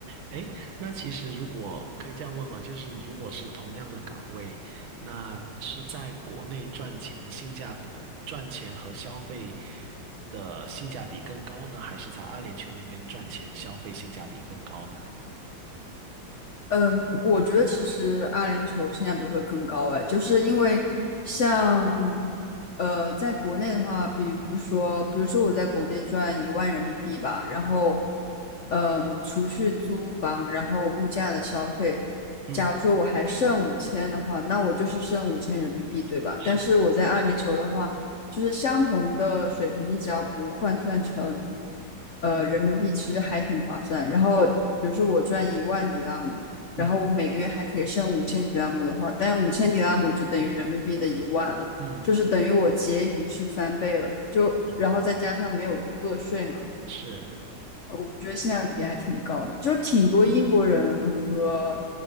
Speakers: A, on the right; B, on the left.
A: 哎，那其实如果可以这样问嘛，就是如果是同样的岗位，那是在国内赚钱的性价比，呃，赚钱和消费的性价比更高呢，还是在阿联酋那边赚钱消费性价比更高呢？
B: 嗯，我觉得其实阿联酋性价比会更高哎，就是因为像呃，在国内的话，比如说，比如说我在国内赚一万人民币吧，然后
A: 嗯
B: 嗯，除去租房，然后物价的消费，
A: 嗯，
B: 假如说我还剩五千的话，那我就是剩五千人民币，对吧？
A: 是的，
B: 但是我在阿联酋的话，就是相同的水平，你只要不换算成呃人民币，其实还挺划算。然后比如说我赚一万迪拉姆。然后我每个月还可以剩五千迪拉姆的话，
A: 嗯
B: 但五千迪拉姆就等于人民币的一万了，
A: 嗯，
B: 就是等于我结余是翻倍了的，就然后再加上没有个税嘛，
A: 明白，是，
B: 我觉得性价比还挺高的，就挺多英国人和